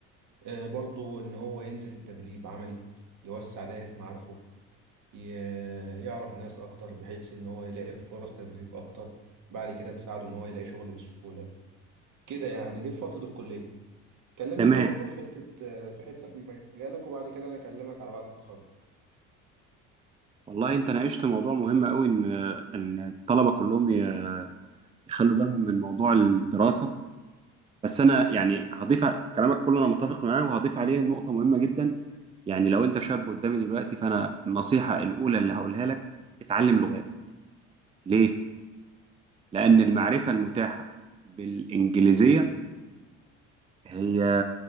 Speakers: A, on the right; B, on the right.
A: آه، برضو ان هو ينزل تدريب عملي يوسع دائرة معارفه ي- يعرف ناس أكتر بحيث إن هو يلاقي فرص تدريب أكتر بعد كده تساعده إن هو يلاقي شغل بسهولة كده يعني دي في فترة الكلية كلمني
B: تمام
A: أنت برضو في حتة في حتة في مجالك وبعد كده أنا أكلمك على بعد التخرج
B: والله انت ناقشت موضوع مهم قوي ان ان الطلبة كلهم ي- يخلوا بالهم من موضوع الدراسة بس انا يعني هضيف ع- كلامك كله انا متفق معاه وهضيف عليه نقطه مهمه جدا يعني لو انت شاب قدامي دلوقتي فانا النصيحه الاولى اللي هقولها لك اتعلم لغات ليه لان المعرفه المتاحه بالانجليزيه هي